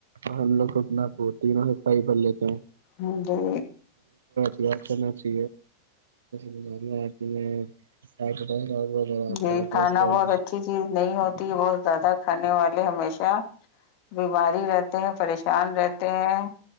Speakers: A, on the right; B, on the left.
A: پ لو ختنا پتی رہ ف بلے تو
B: ہ جی
A: کرنا چے بیماریاں آتی ہیں جا
B: جی
A: ہے کولسٹرول
B: کھانا بہت اچھی چیز نہیں ہوتی بہت زیادہ کھانے والے ہمیشہ بیماری رہتے ہیں پریشان رہتے ہیں